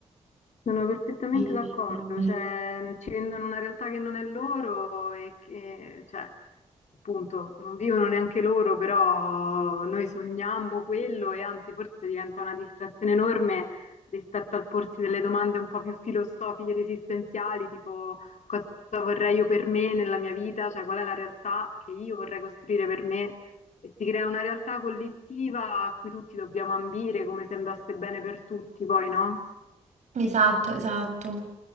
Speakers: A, on the left; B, on the right.
A: Sono perfettamente
B: Sì,
A: d'accordo,
B: sì, sì.
A: cioè mm, ci vendono una realtà che non è loro e che, cioè, appunto, non vivono neanche loro, però noi sogniamo quello e anzi forse diventa una distrazione enorme rispetto al porsi delle domande un po' più filosofiche ed esistenziali, tipo cosa vorrei io per me nella mia vita, cioè qual è la realtà che io vorrei costruire per me e si crea una realtà collettiva a cui tutti dobbiamo ambire, come se andasse bene per tutti, poi no?
B: Esatto, esatto.